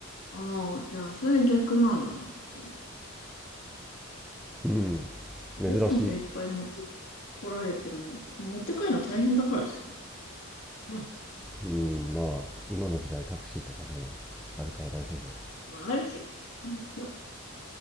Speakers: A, on the left (about 70°); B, in the centre.
A: あ、ああ、じゃあ、それ逆なんだね、きっとね。
B: な。うん。
A: プレゼントいっぱい持って
B: 珍しい。
A: こられても、持って帰るの大変だからでしょ。<laughs>
B: うん、まあ、今の時代タクシーとかね、あるから大丈夫よ。
A: まあ、あるけどさ。<laughs>